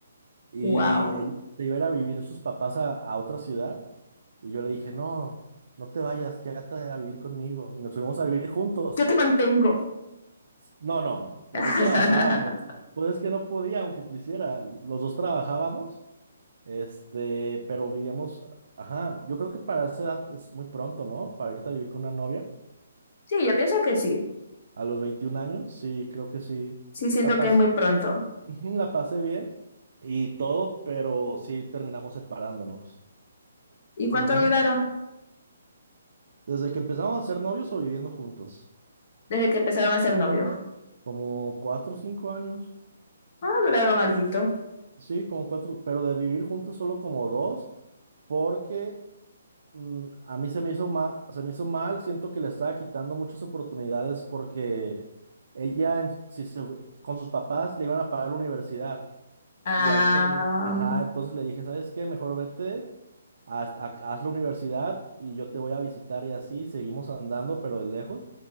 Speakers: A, on the right; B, on the left.
A: Y
B: Wow.
A: ella se iba a ir a vivir sus papás a, a otra ciudad y yo le dije, no, no te vayas, quédate a vivir conmigo. Y nos fuimos a vivir juntos.
B: Yo te mantengo.
A: No, no, no, los
B: <laughs>
A: dos trabajábamos. Pues es que no podía, aunque quisiera, los dos trabajábamos, este, pero vivíamos, ajá, yo creo que para esa edad es muy pronto, ¿no? Para irte a vivir con una novia.
B: Sí, yo pienso que sí.
A: a los 21 años, sí, creo que sí.
B: Sí, siento
A: La pas-
B: que es muy
A: <laughs>
B: pronto.
A: ujú, la pasé bien y todo, pero sí terminamos separándonos.
B: ¿Y cuánto
A: Ujú.
B: duraron
A: Desde que empezamos a ser novios o viviendo juntos,
B: desde que empezaron a ser novios?
A: como cuatro o cinco años.
B: Ah, duraron alguito.
A: Sí, como cuatro, pero de vivir juntos solo como dos, porque mm, a mí se me hizo mal, se me hizo mal, siento que le estaba quitando muchas oportunidades porque ella, en- si se fue- con sus papás le iban a pagar la universidad.
B: Ah,
A: Y ahí con, mi- ajá, entonces le dije, ¿sabes qué? Mejor vete haz, ha- haz la universidad y yo te voy a visitar y así seguimos andando, pero de lejos,